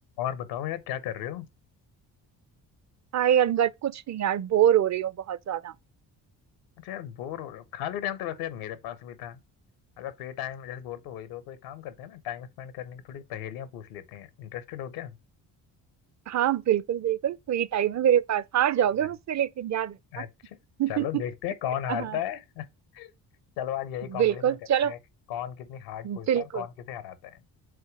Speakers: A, on the left; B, on the right.
A: और बताओ यार क्या कर रहे हो
B: हाय अनगत कुछ नहीं यार बोर हो रही हूँ बहुत ज्यादा
A: अच्छा यार बोर हो रहे हो खाली टाइम तो वैसे यार मेरे पास भी था अगर फ्री टाइम जैसे बोर तो हो ही रहे हो तो एक काम करते हैं ना टाइम स्पेंड करने की थोड़ी पहेलियां पूछ लेते हैं इंटरेस्टेड हो क्या
B: हाँ बिल्कुल बिल्कुल फ्री टाइम है मेरे पास हार जाओगे
A: है ना?
B: मुझसे लेकिन याद रखना
A: अच्छा चलो देखते
B: <laughs>
A: हैं कौन हारता
B: हाँ
A: है <laughs> चलो आज यही कंपटीशन
B: बिल्कुल
A: करते
B: चलो
A: हैं कौन कितनी हार्ड पूछता
B: बिल्कुल
A: है और कौन किसे हराता है